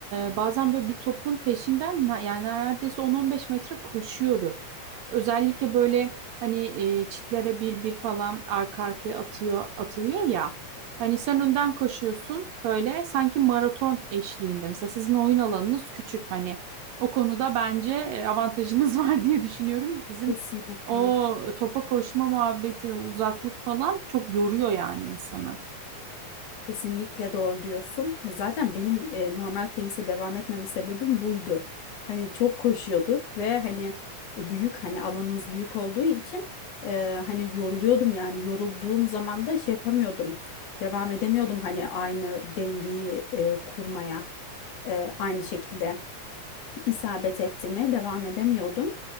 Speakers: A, on the right; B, on the left.
A: e, bazen böyle bir topun peşinden ne- yani neredeyse on on beş metre koşuyoruz. Özellikle böyle hani e, çitlere bir bir falan arka arkaya atıyor atılıyor ya. Hani sen önden koşuyorsun böyle sanki maraton eşliğinde. Mesela sizin oyun alanınız küçük hani o konuda bence e, avantajınız <laughs> var diye düşünüyorum. Bizim
B: Kesinlikle.
A: o topa koşma muhabbeti, uzaklık falan çok yoruyor yani insanı.
B: Kesinlikle doğru diyorsun. E, Zaten benim e, normal tenise devam etmeme sebebim buydu. Hani çok koşuyorduk ve hani e, büyük hani alanımız büyük olduğu için e, hani yoruluyordum yani yorulduğum zaman da şey yapamıyordum. Devam edemiyordum hani aynı dengeyi e, kurmaya, e, aynı şekilde isabet ettirmeye devam edemiyordum.